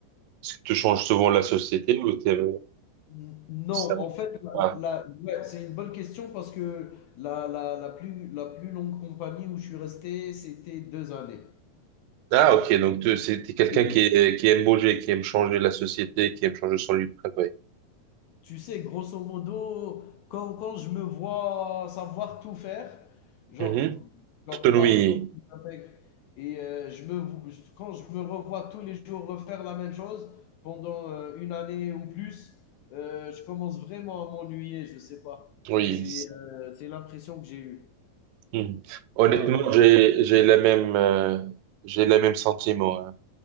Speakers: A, on the right; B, on the left.
A: Est-ce que tu changes souvent la société ou t'es...
B: non,
A: ça arrive
B: en fait, la,
A: pas?
B: la- ouais, c'est une bonne question parce que la, la, la plus, la plus longue compagnie où je suis resté, c'était deux années.
A: Ah, ok, donc tu c'est t'es quelqu'un
B: Oui.
A: qui, est- qui aime bouger, qui aime changer la société, qui aime changer son lieu de travail.
B: Tu sais, grosso modo, quand, quand je me vois savoir tout faire, genre,
A: Mhm.
B: genre
A: Tout-
B: par
A: Oui,
B: exemple, j'intègre et euh, je me, vo- je- quand je me revois tous les jours refaire la même chose pendant euh, une année ou plus, euh, je commence vraiment à m'ennuyer, je sais pas.
A: oui.
B: C'est euh, c'est l'impression que j'ai eue.
A: Mhm. Honnêtement,
B: Voilà. Et
A: j'ai, j'ai la même, euh, j'ai le même sentiment. hein.